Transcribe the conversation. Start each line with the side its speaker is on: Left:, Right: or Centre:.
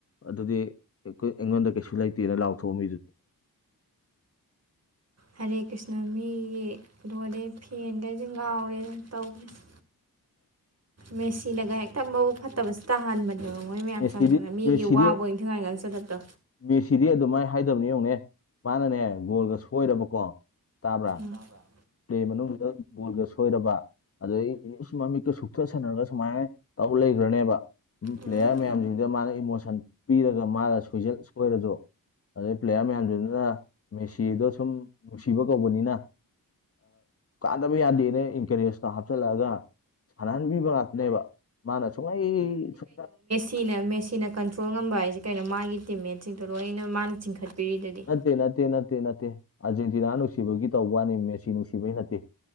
Left: ꯑꯗꯨꯗꯤ ꯑꯩꯉꯣꯟꯗ ꯀꯩꯁꯨ ꯂꯩꯇꯦꯅ ꯂꯥꯎꯊꯣꯛꯑꯣ ꯃꯤꯗꯨꯗꯤ
Right: ꯍꯔꯦ ꯀ꯭ꯔꯤꯁꯅ ꯃꯤꯒꯤ ꯂꯣꯔꯦ ꯐꯦꯟꯈꯩꯁꯦ ꯉꯥꯎꯔꯦꯅ ꯇꯧꯕꯁ ꯃꯦꯁꯤꯟꯅꯒ ꯍꯦꯛꯇ ꯃꯎ ꯐꯠꯇꯕꯁꯨ ꯇꯥꯍꯟꯕꯅꯤ ꯑꯗꯨꯒ ꯃꯣꯏ ꯃꯌꯥꯝ
Left: ꯃꯦꯁꯤꯗꯤ
Right: ꯆꯪꯁꯤꯅ ꯃꯤꯒꯤ
Left: ꯃꯦꯁꯤꯗꯤ
Right: ꯋꯥꯕ ꯏꯟꯊꯤꯉꯥꯏ ꯉꯥꯡ ꯆꯂꯠꯇꯣ
Left: ꯃꯦꯁꯤꯗꯤ ꯑꯗꯨꯃꯥꯏꯅ ꯍꯥꯏꯗꯕꯅꯦ ꯌꯦꯧꯅꯦ ꯃꯥꯅꯅꯦ ꯒꯣꯜꯒ ꯁꯣꯏꯔꯕꯀꯣ ꯇꯥꯕ꯭ꯔꯥ
Right: ꯇꯥꯕꯔꯥ
Left: ꯄ꯭ꯂꯦ ꯃꯅꯨꯡꯁꯤꯗꯨꯗ ꯕꯣꯜꯒ ꯁꯣꯏꯔꯕ ꯑꯗꯩ ꯃꯃꯤꯠꯀ ꯁꯨꯊ ꯁꯟꯅꯔꯒ ꯁꯨꯃꯥꯏꯅ ꯇꯧ ꯂꯩꯈ꯭ꯔꯅꯦꯕ ꯎ
Right: ꯎꯝ
Left: ꯄ꯭ꯂꯦꯌꯥꯔ ꯃꯌꯥꯝꯁꯤꯡꯗ ꯃꯥꯅ ꯏꯃꯣꯁꯟ ꯄꯤꯔꯒ ꯃꯥꯅꯣꯏ ꯁꯣꯏꯔꯁꯨ ꯑꯗꯩ ꯄ꯭ꯂꯦꯌꯥꯔ ꯃꯌꯥꯝꯁꯤꯅ ꯃꯦꯁꯤꯗꯣ ꯁꯨꯝ ꯅꯨꯡꯁꯤꯕ ꯀꯧꯕꯅꯤꯅ ꯀꯥꯟꯗꯕ ꯌꯥꯗꯦꯅ ꯏꯟꯀꯔꯦꯖꯇꯣ ꯍꯥꯞꯆꯤꯜꯂꯛꯑꯒ ꯁꯥꯟꯅꯍꯟꯕꯤꯕ ꯉꯥꯛꯇꯅꯦꯕ ꯃꯥꯅ ꯁꯨꯝꯉꯥꯏ ꯁꯨꯡ
Right: ꯁꯤꯅ ꯃꯦꯁꯤꯟꯅ ꯀꯟꯇ꯭ꯔꯣꯜ ꯉꯝꯕ ꯍꯥꯏꯁꯦ ꯀꯩꯅꯣ ꯃꯥꯒꯤ ꯇꯤꯝꯃꯦꯠꯁꯤꯡꯗꯣ ꯂꯣꯏꯅ ꯃꯥꯅ ꯆꯤꯡꯈꯠꯄꯤꯔꯤꯗꯨꯗꯤ
Left: ꯅꯠꯇꯦ ꯅꯠꯇꯦ ꯅꯠꯇꯦ ꯅꯠꯇꯦ ꯑꯥꯔꯖꯦꯟꯇꯤꯅꯥ ꯅꯨꯡꯁꯤꯕꯒꯤ ꯇꯧꯕ ꯋꯥꯅꯤ ꯃꯦꯁꯤ ꯅꯨꯡꯁꯤꯕꯒꯤ ꯅꯠꯇꯦ